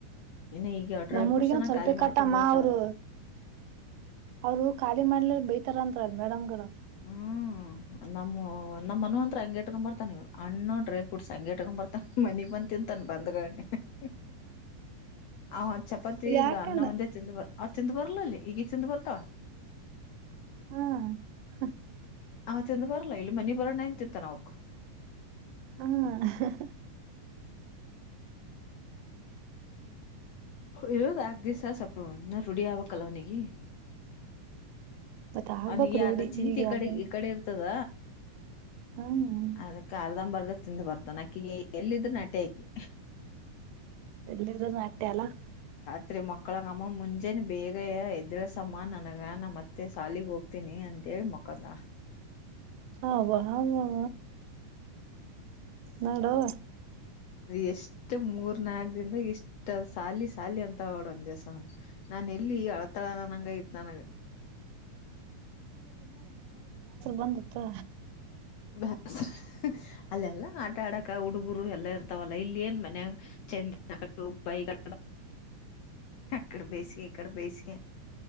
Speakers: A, on the left; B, on the right.
A: ಇನ್ನು ಈಗ ಡ್ರೈ
B: ನಮ್ಮ ಹುಡ್ಗೀನು
A: ಫ್ರೂಟ್ಸ್ ಅನ್ನ
B: ಸ್ವಲ್ಪೇ
A: ಖಾಲಿ
B: ಕಟ್ಟಮ್ಮ
A: ಮಾಡ್ಕೊಂಡ್ ಬರ್ತಾಳ
B: ಅವರು. ಅವ್ರು ಖಾಲಿ ಮಾಡ್ಲ ಬೈತಾರಂತಲ್ ಮೇಡಮ್ಗೋಳ.
A: ಹ್ಮ್ ನಮ್ಮ ನಮ್ಮ ಮನು ಅಂತ್ರ ಹಂಗೆ ಇಟ್ಕೊಂಡ್ ಬರ್ತಾ ನೀವ್ ಹಣ್ಣು ಡ್ರೈ ಫ್ರೂಟ್ಸ್ ಹಂಗೆ ಇಟ್ಕೊಂಡ್ ಬರ್ತಾ ಮನಿಗ್ ಬಂದ. ತಿಂತಾನ ಬಂದ್ಗ್ಣಿ ಹಹ ಅವ ಚಪಾತಿ
B: ಯಾಕನ
A: ಇಲ್ಲ ಅನ್ನ ಒಂದೇ ತಿಂದ ಆ್ ಚಿಂದ ಬರ್ಲಲ್ಲಿ ಈಗ ಚಿಂದ ಬರ್ತಾವ.
B: ಹ್ಮ.
A: ಆ ತಿಂದು ಬರಲ್ಲ ಇಲ್ಲಿ ಮನಿ ಬರೋಣ ನ್ ತಿಂತ ನ ಅವಕ್.
B: ಹ್ಮ್ ಹಹಹ
A: ಇರೋದ ಆಕ್ ದಿವ್ಸ ಸೊಪ್ಪ ನಾ ರುಢ ಆಬಕ್ಲ್ಲ ಅವನಿಗೆ.
B: ಮತ್ತ ಆಗ್ಬಕ್
A: ಅವನಿಗೆ ಯಾರ್ದ
B: ರೂಢಿ
A: ಚಿಂತ
B: ಈಗ
A: ಈ
B: ಯಾರ್ದ
A: ಕಡೆ ಈ ಕಡೆ ಇರ್ತದ.
B: ಹ್ಮ್
A: ಅದ ಕಲ್ದ ಅರ್ದ ಬರ್ದ. ತಿಂದ ಬರ್ತಾನ ಅಕ್ಕಿಗ ಎಲ್ಲಿದ್ರೂನು ಅಟ್ ಆಕಿ.
B: <unintelligible>
A: ತ್ರಿ ಮಕ್ಳಗಮ್ಮ ಮುಂಜೆಾನ ಬೇಗ ಇದದ್ರಸಮ್ಮ ನನಗ ನ ಮತ್ತೆ. ಶಾಲಿಗೆ ಹೋಗ್ತೀನಿ ಅಂತೇಳಿ ಮಕ್ಕೋತಾಳ.
B: ಅವಾ ವಾ. ನೋಡವಾ.
A: ಎಷ್ಟ ಮೂರ್ ನಾಲ್ಕ ದಿಂದ ಇಷ್ಟದ್ ಸಾಲಿ ಸಾಲಿ ಅಂತ ಒಡ ಒನ್ ದಸನ್ ನಾನ ಎಲ್ಲಿ ಅಳತಳನನಂಗಗತ್ ನನಗ.
B: ಬಂದಿತ್ತು.
A: <inaudible> ಅಲ್ಲೆಲ್ಲ ಆಟ ಆಡಕ ಹುಡುಗರು ಎಲ್ಲ ತಾವಲ್ಲ ಇಲ್ಲಿ ಏನ್ ಮನೆಯ ಚಂದಬಗ ಅಡೆ ಬೇಸ್ಗೆ ಇಡೆ ಬೇಸ್ಗೆ.